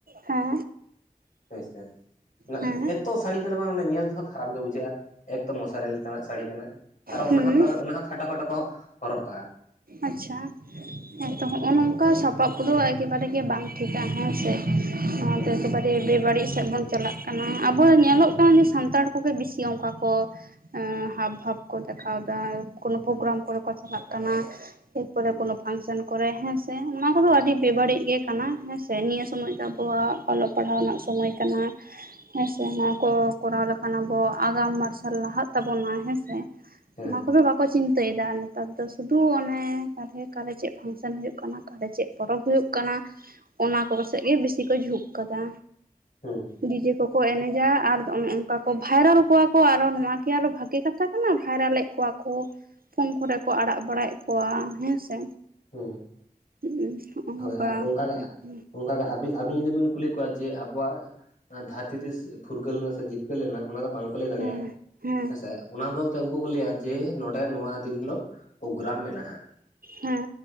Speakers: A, on the right; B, on the left.
A: ᱦᱮᱸ
B: ᱦᱳᱭ ᱥᱮ᱾ ᱱᱟᱜ
A: ᱦᱮᱸ
B: ᱮᱛᱚ ᱥᱟᱹᱲᱤ ᱠᱟᱱᱟ ᱵᱟᱝ ᱧᱮᱞ ᱛᱮᱦᱚᱸ ᱠᱷᱟᱨᱟᱯ ᱜᱮ ᱵᱩᱡᱷᱟᱹᱜᱼᱟ, ᱮᱠᱛᱚ ᱢᱚᱥᱟᱨᱤ ᱞᱮᱠᱟᱱᱟᱜ ᱥᱟᱹᱲᱤ ᱠᱟᱱᱟ᱾ ᱟᱨ ᱦᱚᱸ
A: ᱦᱮᱸ
B: ᱚᱱᱟ ᱦᱚᱸ ᱠᱷᱟᱴᱚ ᱠᱷᱟᱴᱚ ᱠᱚ ᱦᱚᱨᱚᱜ ᱠᱟᱜᱼᱟ᱾
A: ᱟᱪᱪᱷᱟ ᱦᱮᱸ ᱛᱚ ᱦᱚᱸᱜᱼᱚ ᱱᱚᱝᱠᱟ ᱥᱟᱯᱟᱵ ᱠᱚᱫᱚ ᱮᱠᱮᱵᱟᱨᱮ ᱜᱮ ᱵᱟᱝ ᱴᱷᱤᱠᱟ᱾ ᱦᱮᱸ ᱥᱮ? ᱱᱚᱣᱟᱫᱚ
B: ᱦᱮᱸ
A: ᱮᱠᱮᱵᱟᱨᱮ ᱵᱮᱵᱟᱹᱲᱤᱡ ᱥᱮᱫ ᱵᱚᱱ ᱪᱟᱞᱟᱜ ᱠᱟᱱᱟ ᱟᱵᱚ ᱧᱮᱞᱚᱜ ᱠᱟᱱᱟ ᱡᱮ ᱥᱟᱱᱛᱟᱲ ᱠᱚᱜᱮ ᱵᱮᱥᱤ ᱚᱝᱠᱟ ᱠᱚ ᱦᱮᱸ ᱦᱟᱵ ᱵᱷᱟᱵ ᱠᱚ ᱫᱮᱠᱷᱟᱣ ᱫᱟ ᱠᱳᱱᱳ ᱯᱨᱳᱜᱨᱟᱢ ᱠᱚᱨᱮ ᱠᱚ ᱪᱟᱞᱟᱜ ᱠᱟᱱᱟ᱾ ᱮᱨ ᱯᱚᱨᱮ ᱠᱳᱱᱳ ᱯᱷᱟᱱᱥᱚᱱ ᱠᱚᱨᱮ ᱦᱮᱸᱥᱮ ᱚᱱᱟ ᱠᱚᱫᱚ ᱟᱹᱰᱤ ᱵᱮᱵᱟᱹᱲᱤᱡ ᱜᱮ ᱠᱟᱱᱟ ᱦᱮᱸ ᱥᱮ ᱱᱤᱭᱟᱹ ᱥᱚᱢᱚᱭ ᱫᱚ ᱟᱵᱚᱣᱟᱜ ᱚᱞᱚᱜ ᱯᱟᱲᱦᱟᱣ ᱨᱮᱱᱟᱜ ᱥᱚᱢᱚᱭ ᱠᱟᱱᱟ᱾ ᱦᱮᱸ ᱥᱮ ᱱᱚᱣᱟ ᱠᱚ ᱠᱚᱨᱟᱣ ᱞᱮᱠᱷᱟᱱ ᱟᱵᱚᱣᱟᱜ ᱟᱜᱟᱢ ᱢᱟᱨᱥᱟᱞ ᱞᱟᱦᱟᱜ ᱛᱟᱵᱚᱱᱟ᱾ ᱦᱮᱸᱥᱮ?
B: ᱦᱮᱸ
A: ᱚᱱᱟ ᱠᱚᱫᱚ ᱵᱟᱠᱚ ᱪᱤᱱᱛᱟᱹᱭᱮᱫᱟ ᱱᱮᱛᱟᱨ ᱫᱚ ᱥᱩᱫᱩ ᱚᱱᱮ ᱛᱟᱞᱦᱮ ᱚᱠᱟᱨᱮ ᱪᱮᱜ ᱯᱷᱟᱱᱥᱟᱱ ᱦᱩᱭᱩᱜ ᱠᱟᱱᱟ ᱚᱠᱟᱨᱮ ᱪᱮᱜ ᱯᱚᱨᱚᱵᱽ ᱦᱩᱭᱩᱜ ᱠᱟᱱᱟ ᱚᱱᱟ ᱠᱚ ᱥᱮᱡ ᱜᱮ ᱵᱮᱥᱤ ᱠᱚ ᱡᱷᱩᱸᱠ ᱠᱟᱫᱟ᱾
B: ᱦᱩᱸ
A: ᱰᱤᱡᱮ ᱠᱚᱠᱚ ᱮᱱᱮᱡᱟ, ᱟᱨ ᱱᱚᱜ ᱱᱚᱝᱠᱟ ᱠᱚ ᱵᱷᱟᱭᱨᱟᱞ ᱠᱚᱣᱟ ᱠᱚ, ᱟᱨᱚ ᱱᱚᱣᱟ ᱜᱮ ᱟᱨᱚ ᱵᱷᱟᱜᱮ ᱠᱟᱛᱷᱟ ᱠᱟᱱᱟ ᱵᱷᱟᱭᱨᱟ ᱞᱮᱫ ᱠᱚᱣᱟ ᱠᱚ ᱯᱷᱳᱱ ᱠᱚᱨᱮ ᱠᱚ ᱟᱲᱟᱜ ᱵᱟᱲᱟᱭᱮᱫ ᱠᱚᱣᱟ ᱦᱮᱸ ᱥᱮ᱾
B: ᱦᱩᱸ᱾
A: <unintelligible>
B: ᱦᱳᱭ ᱟᱨ ᱚᱱᱠᱟᱜᱮ
A: ᱦᱩᱭᱩᱜ ᱠᱟᱱᱟ
B: ᱚᱱᱠᱟᱜᱮ ᱟᱹᱵᱤᱱᱵᱤᱱ ᱠᱩᱞᱤ ᱠᱚᱣᱟ ᱡᱮ ᱟᱵᱚᱣᱟᱜ ᱫᱟᱹᱨᱛᱤ ᱛᱤᱥ ᱯᱷᱩᱨᱜᱟᱹᱞ ᱞᱮᱱᱟ ᱥᱮ ᱡᱤᱛᱠᱟᱹᱨ ᱞᱮᱱᱟ ᱚᱱᱟ ᱫᱚ ᱵᱟᱝᱠᱚ ᱞᱟᱹᱭ ᱫᱟᱲᱮᱭᱟᱜᱼᱟ᱾
A: ᱦᱮᱸ ᱦᱮᱸ
B: ᱦᱮᱸᱥᱮ ᱚᱱᱟ ᱵᱚᱫᱚᱞ ᱛᱮ ᱩᱱᱠᱩ ᱠᱚ ᱞᱟᱹᱭᱟ ᱡᱮ ᱱᱚᱸᱰᱮ ᱱᱚᱣᱟ ᱫᱤᱱ ᱦᱤᱞᱳᱜ ᱯᱨᱳᱜᱨᱟᱢ ᱢᱮᱱᱟᱜᱼᱟ᱾
A: ᱦᱮᱸ